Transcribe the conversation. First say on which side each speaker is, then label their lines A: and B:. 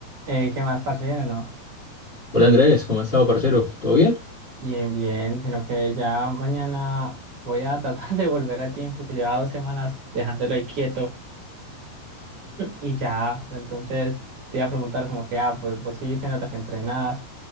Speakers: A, on the right; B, on the left.
A: Eh, ¿qué más, parcero? No,
B: Hola Andrés, ¿cómo has estado, parcero? ¿Todo bien?
A: bien, bien, sino que ya mañana voy a <laughs> tratar de volver al gym porque llevaba dos semanas dejándolo ahí quieto y ya, pero entonces te iba a preguntar como que, ah, pues vos sí se nota que entrenás,